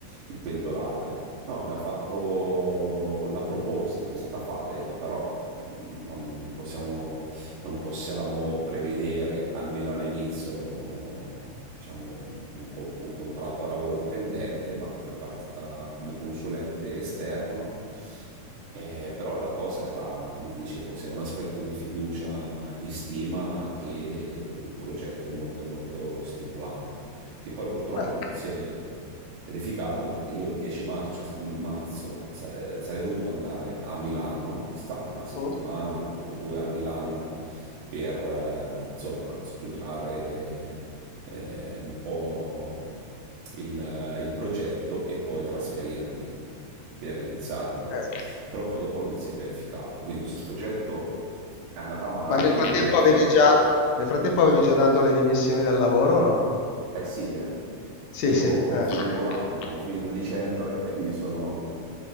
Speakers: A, on the right; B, on the left.
A: il pendolare. No, mi ha fatto la proposta che mi è stata fatta, ha detto però mm, non, non possiamo non possiamo prevedere, almeno all'inizio, diciamo, un, un, contratto da lavoro dipendente, ma come partita, come consulente esterno. Eh, però la cosa era, come ti dicevo, sia un aspetto di fiducia e di stima che un progetto molto molto stimolante, che poi purtroppo
B: Beh,
A: non si è, verificato perché io il 10 marzo, marzo se- sarei dovuto andare a Milano, stare una settimana
B: mm,
A: o due a Milano per eh, insomma studiare eh, un po' il, il progetto e poi trasferirmi per iniziarlo,
B: ok.
A: però poi dopo non si è verificato, quindi questo progetto è andato avanti
B: Ma nel frattempo
A: in maniera
B: avevi già, nel frattempo avevi già dato le dimissioni dal lavoro o no?
A: Eh sì, eh.
B: Sì,
A: Io
B: sì,
A: ho
B: eh,
A: finito
B: ok.
A: l'anno, ho finito dicembre e mi sono,